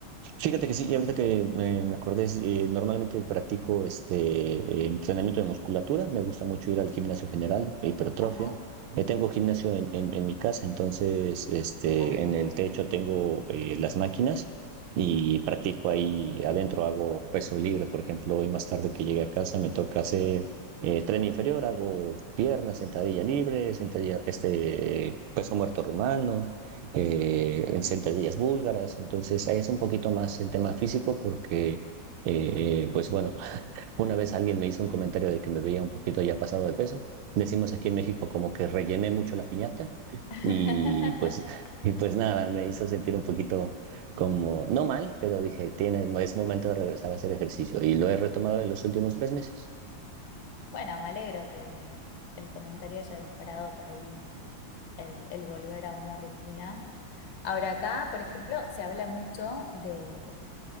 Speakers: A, on the right; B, on the left.
A: Fíjate que sí, y ahorita que eh, me acordé, es, eh, normalmente practico este eh, entrenamiento de musculatura, me gusta mucho ir al gimnasio general, hipertrofia.
B: Ajá.
A: Eh, tengo gimnasio en, en- en mi casa, entonces este,
B: Ah.
A: en el techo tengo eh, las máquinas y practico ahí adentro, hago peso libre, por ejemplo, hoy más tarde que llegué a casa me toca hacer eh, tren inferior, hago piernas, sentadilla libre, sentadilla, este, peso muerto rumano eh, en sentadillas búlgaras, entonces ahí es un poquito más el tema físico porque, eh, pues bueno, una vez alguien me hizo un comentario de que me veía un poquito ya pasado de peso, decimos aquí en México como que rellené mucho la piñata
B: <laughs>
A: y pues, <laughs> y pues nada, me hizo sentir un poquito como, no mal, pero dije, tiene, es momento de regresar a hacer ejercicio y lo he retomado en los últimos tres meses.
B: Bueno, me alegro que el comentario haya disparado por ahí el, el volver a una rutina. Ahora acá, por ejemplo, se habla mucho de